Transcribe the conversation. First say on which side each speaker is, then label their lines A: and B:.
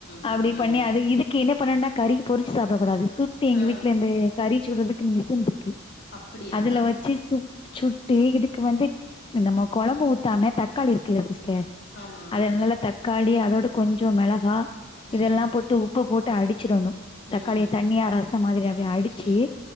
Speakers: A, on the left; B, on the left.
A: பரவால்ல
B: அப்டி பண்ணி அதி இது இங்கி என்ன பண்ணுனா கறிய பொறிச்சு சாப்புடக்கூடாது சுட்டு எங்க
A: ஆ
B: வீட்ல இந்த கறிச்சுட்றதுக்குன்னு மிசுன் இருக்கு
A: அப்படியா
B: அதுல வச்சு சு சுட்டு இதுக்கு வந்து நம்ம கொழம்பு ஊத்தாம தக்காளி இருக்குல்ல சிஸ்டர்
A: ஆமா
B: அதனால தக்காளி அதோட கொஞ்சோ மிளகா
A: ம்
B: இதெல்லா போ ட்டு உப்பு போட்டு அடிச்சிறணு
A: ம்
B: தக்காளிய தண்ணியா ரசம் மாறி அப்டியே அடிச்சு
A: ம்